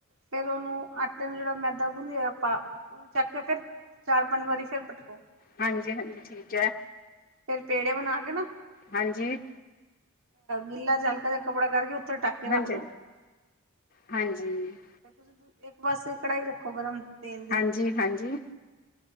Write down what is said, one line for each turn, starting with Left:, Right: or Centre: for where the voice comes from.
Right: ਫੇਰ ਉਹਨੂੰ ਆਟੇ ਨੂੰ ਜਿਹੜਾ ਮੈਦਾ ਗੁੰਨਿਆ ਆਪ ਉਹਨੂੰ ਚੱਕ ਕੇ ਫਿਰ ਚਾਰ-ਪੰਜ ਵਾਰੀ ਫਿਰ ਪਟਕੋ।
Left: ਹਾਂਜੀ-ਹਾਂਜੀ ਠੀਕ ਐ।
Right: ਫੇਰ ਪੇੜੇ ਬਣਾ ਕੇ ਨਾ
Left: ਹਾਂਜੀ
Right: ਗਿੱਲਾ ਜਾ ਹਲਕਾ ਜਾ ਕੱਪੜਾ ਕਰਕੇ ਉਥੇ ਢੱਕ ਕੇ ਰੱਖਦੋ।
Left: ਹਾਂਜੀ ਹਾਂਜੀ
Right: ਫੇਰ ਤੁਸੀਂ ਇੱਕ ਪਾਸੇ ਕੜਾਈ ਰੱਖੋ ਗਰਮ। ਤੇਲ ਦੀ
Left: ਹਾਂਜੀ-ਹਾਂਜੀ